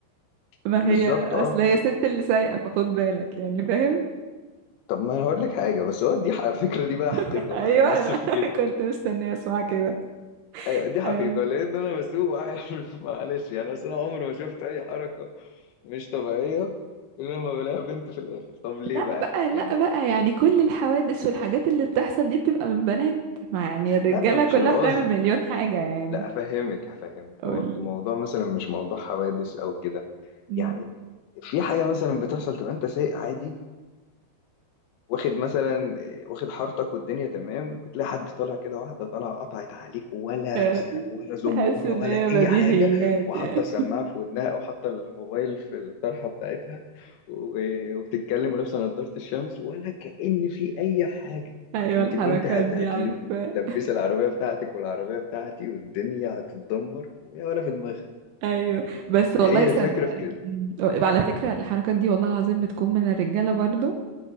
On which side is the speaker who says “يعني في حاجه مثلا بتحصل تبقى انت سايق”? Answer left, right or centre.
Left